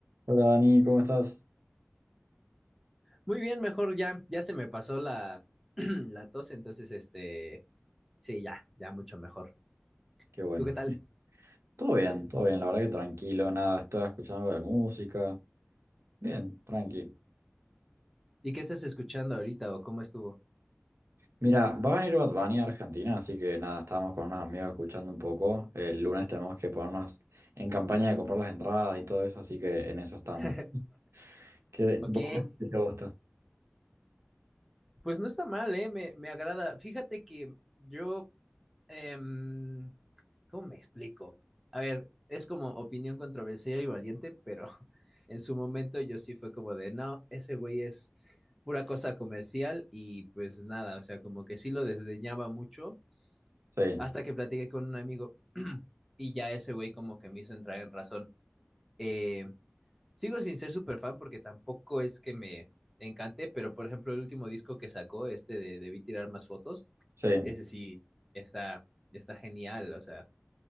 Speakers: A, on the right (about 80°); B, in the centre.
A: Hola Dani, ¿cómo estás?
B: Muy bien, mejor ya, ya se me pasó la, <clears throat> la tos, entonces este, sí, ya, ya mucho mejor.
A: Qué bueno.
B: ¿Tú qué tal?
A: <laughs> Todo bien, todo bien, la verdad que tranquilo, nada, estoy escuchando algo de música. Bien, tranqui.
B: ¿Y qué estás escuchando ahorita o cómo estuvo?
A: Mira, va a venir Bad Bunny a Argentina, así que nada, estábamos con unos amigos escuchando un poco. El lunes tenemos que ponernos en campaña de comprar las entradas y todo eso, así que en eso estamos.
B: <laughs>
A: <laughs> ¿Qué,
B: Ok,
A: vos qué te gusta?
B: pues no está mal, ¿eh? Me, me agrada. Fíjate que yo, em, ¿cómo me explico? A ver, es como opinión controversial y valiente, pero <laughs> en su momento yo sí fue como de, no, ese güey es pura cosa comercial y pues nada, o sea, como que sí lo desdeñaba mucho
A: Sí,
B: hasta que platiqué con un amigo <clears throat> y ya ese güey como que me hizo entrar en razón. Eh, sigo sin ser súper fan porque tampoco es que me encante, pero por ejemplo el último disco que sacó, este de Debí tirar más fotos,
A: sí.
B: ese sí está, está genial, o sea,